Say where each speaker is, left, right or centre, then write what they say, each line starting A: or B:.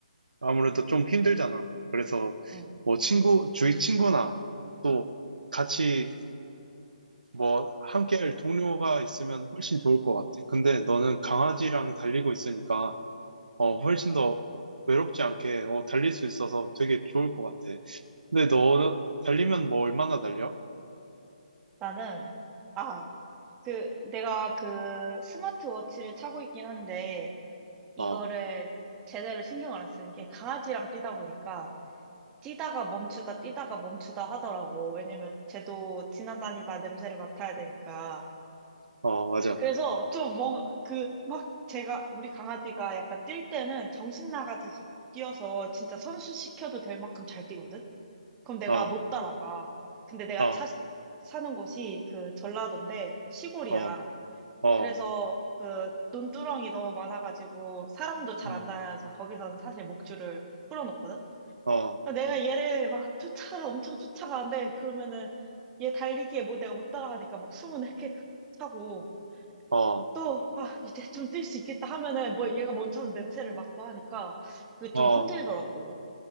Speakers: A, on the right (about 85°); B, on the right (about 15°).
A: 아무래도 좀 힘들잖아. 그래서
B: 응.
A: 뭐 친구, 주위 친구나 또 같이 뭐, 함께 할 동료가 있으면 훨씬 좋을 것 같아. 근데 너는 강아지랑 달리고 있으니까, 어,
B: 응.
A: 훨씬 더 외롭지 않게, 어, 달릴 수 있어서 되게 좋을 것 같아. 근데 너는 달리면 뭐 얼마나 달려?
B: 나는, 아, 그, 내가 그 스마트워치를 차고 있긴 한데, 이거를
A: 어,
B: 제대로 신경을 안 쓰는 게 강아지랑 뛰다 보니까, 뛰다가 멈추다, 뛰다가 멈추다 하더라고. 왜냐면 쟤도 지나다니다 냄새를 맡아야 되니까.
A: 어, 맞아.
B: 그래서 좀 뭔, 그, 막 제가, 우리 강아지가 약간 뛸 때는 정신 나가듯이 뛰어서 진짜 선수 시켜도 될 만큼 잘 뛰거든? 그럼 내가
A: 어,
B: 못 따라가. 근데 내가
A: 어,
B: 사, 사는 곳이 그 전라도인데 시골이야.
A: 어, 어,
B: 그래서 그 논두렁이 너무 많아가지고 사람도 잘
A: 음,
B: 안 다녀서 거기서는 사실 목줄을 풀어놓거든?
A: 어,
B: 아, 내가 얘를 막 쫓아, 엄청 쫓아가는데, 그러면은 얘 달리기에 뭐 내가 못 따라가니까 막 숨은 헥헥 하고
A: 어,
B: 또, 아, 이제 좀 뛸 수 있겠다 하면은 뭐 얘가 멈춰서 냄새를 맡고 하니까 그게
A: 어,
B: 좀 힘들더라고.